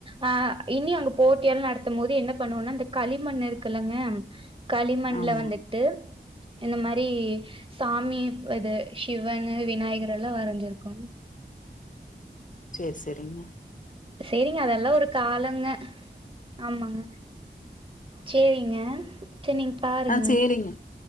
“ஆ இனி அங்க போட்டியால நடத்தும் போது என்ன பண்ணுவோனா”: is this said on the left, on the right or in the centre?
Right